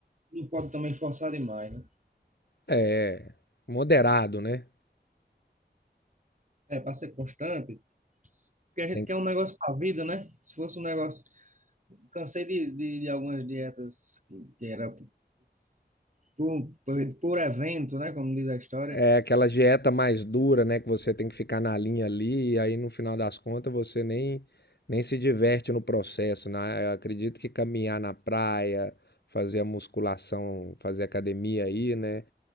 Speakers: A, on the right; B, on the left.
A: não pode também forçar demais, né?
B: É, moderado, né?
A: É, para ser constante, porque a gente
B: Tem
A: quer
B: que
A: um negócio para a vida, né? Se fosse um negócio. Cansei de, de, de algumas dietas que, que era por, por, por, por evento, né? Como diz a história.
B: É aquela dieta mais dura, né? Que você tem que ficar na linha ali, e aí no final das contas você nem, nem se diverte no processo, né? Eu acredito que caminhar na praia, fazer a musculação, fazer academia aí, né?